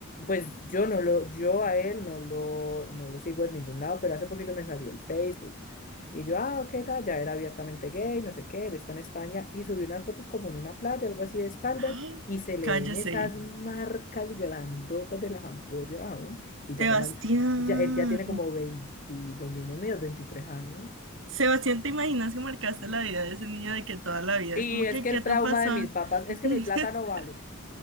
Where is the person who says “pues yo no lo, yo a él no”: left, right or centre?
Left